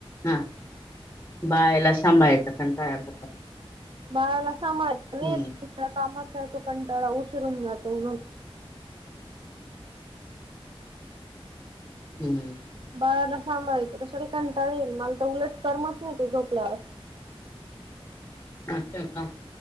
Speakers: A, on the left; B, on the right.
A: हा बाळा ला संभाळायचा कंटाळा येतो.
B: बाळाला सांभाळायचा नाही
A: हम्म
B: येत, कामाचा येतो कंटाळा उशिर होऊन जातो म्हणून
A: हूम्म.
B: बाळाला सांभाळायचं कशाला कंटाळा येईल, मला तर उलट करमत नाही तो झोपल्यावर.
A: आस का?